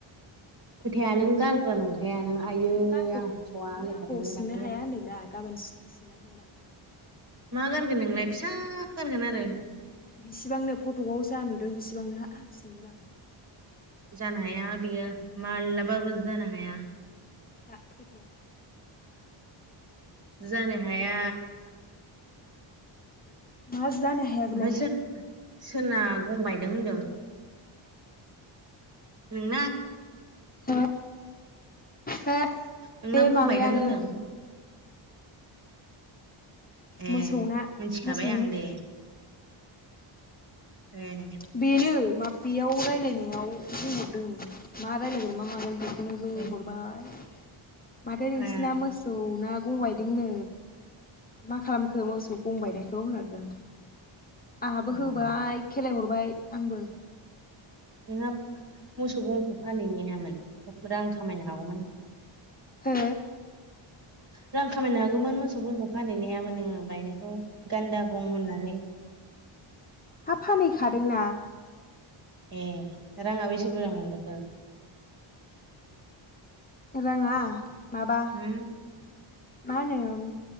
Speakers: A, on the right; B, on the left.
A: फोथाया नों गारग्रा नंखा खाया नों आइयै
B: नों आंखौ
A: आं स'आ
B: नों
A: लायखादों
B: आंखौ सिननो
A: दाख्लै।
B: हाया होनदों दा गाबोन सिननानै थांगोन आं होनबा
A: मा गारगोन नोंलाय फिसा गारगोन आरो।
B: बिसि बांनो फट'क आव जा नुदों बेसि बांनो हा सिनगोन आं।
A: जानो हाया बियो माला बाबो जानो हाया।
B: था फोथायाबा।
A: जानो हाया
B: मा जानो हाया बेलाय।
A: ओमफ्राय सोर सोरना गं बायदों होनदों? नोंना?
B: हो हो
A: नोंना
B: बे
A: गंबायदों
B: माबायानो
A: होनदों ऐ
B: मोसौना
A: मिन्थि खाबाय
B: मोसौनि
A: आं दे। ए
B: बेनो मा बेयाव रायलाय नायाव बुंहरदों मा रायलायगोन मा मागोन बे खौनो
A: ए
B: हरबाय माथो नोंसिना
A: आ
B: मोसौ ना गं बायदों नो मा खालामखो मोसौ गं बायनायखौ होन हरदों। आहाबो
A: उम
B: होबाय खेलाय हरबाय आंबो।
A: नोंहा मोसौ गंखौ फानहैनो हायामोन रां खामायनो हागौमोन।
B: हो?
A: रां खामायनो हागौमोन मोसौ गंखौ फानहै नायाबो नोङो बायनायखौ गान्दा गं होननानै।
B: हा फानहै खादोंना।
A: ऐ राङा बेसे बुरजा मोनबोखो?
B: रां आ माबा
A: होम
B: मा होनो